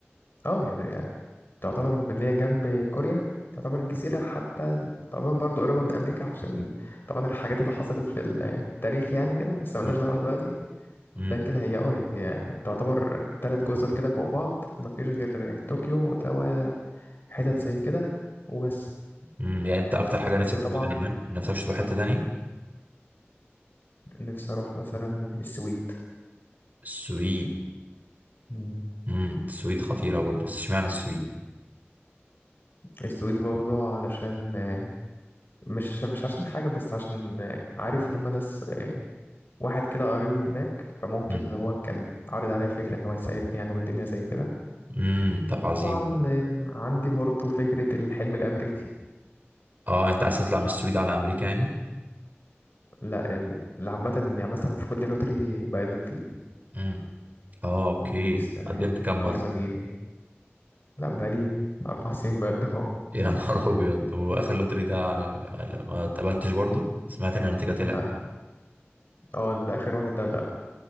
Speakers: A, on the left (about 55°); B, on the right (about 40°).
A: اه هي ده يعني تعتبر اللي هي جنب كوريا تعتبر جزيرة حتى تعتبر برضو قريبة من أمريكا عشان طبعا الحاجات اللي حصلت في التاريخ يعني كده بس ملناش
B: <laughs>
A: دعوة دلوقتي
B: امم
A: لكن هي اه يعني هي تعتبر تلات جزر كده فوق بعض مفيش غير طوكيو وتاوا حتت زي كده وبس
B: امم يعني انت اكتر حاجه نفسك
A: بس طبعا
B: تروح اليابان نفسك تروح حته تاني
A: نفسي اروح مثلا السويد
B: السويد
A: مم.
B: امم السويد خطيره برضه بس اشمعنى السويد
A: السويد برضه علشان آه، مش مش عشان حاجة بس عشان آه، عارف لما ناس آه، واحد كده قريبي هناك فممكن
B: امم
A: اللي هو كان عارض عليا فكرة ان هو يساعدني يعني والدنيا زي كده
B: امم طب عظيم
A: طبعا آه، عندي برضه فكرة الحلم الأمريكي
B: اه انت عايز تطلع من السويد على امريكا يعني
A: لا ال- اللي عامة يعني مثلا في كل لوتري بقدم فيه
B: امم اه اوكي
A: مستني
B: قدمت
A: الفرصة
B: كام مره
A: تجيلي لا بقالي أربع <laughs> سنين بقدم اهو
B: <laughs> يا نهار ابيض واخر لوتري ده ما اتقبلتش برضه سمعت ان النتيجه طلعت
A: لا هو الآخر واحد ده